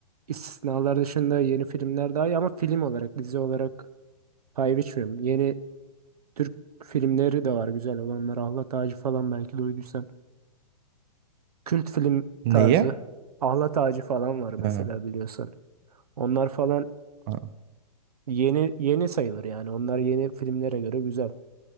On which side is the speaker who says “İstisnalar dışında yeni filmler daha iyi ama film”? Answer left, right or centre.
Right